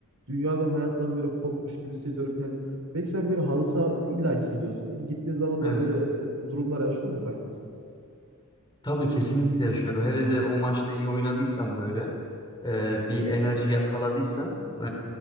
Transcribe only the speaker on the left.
Evet.
Tabii kesinlikle yaşıyorum. Hele de o maçta iyi oynadıysam böyle e, bir enerji yakaladıysam e,